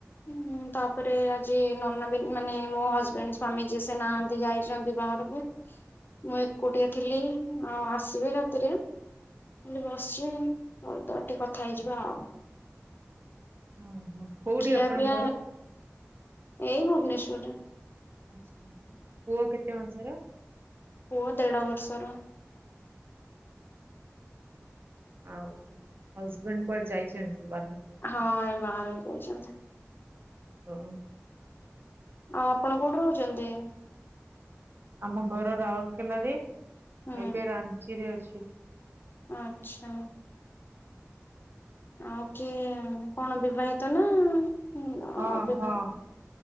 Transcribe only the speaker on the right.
ଓ ହ କୋଉଠି
ଆପଣଙ୍କ
ଘର?
ଆଛା ପୁଅ କେତେ ମାସର?
ଆଉ ହଜବେଣ୍ଡ କୁଆଡେ ଯାଇଚନ୍ତି ବାହାରକୁ?
<inaudible>
ଆମ ଘର ରାଉଲକେଲାରେ।
ଏବେ ରାଞ୍ଚିରେ ଅଛି।
ହଁ
ହଁ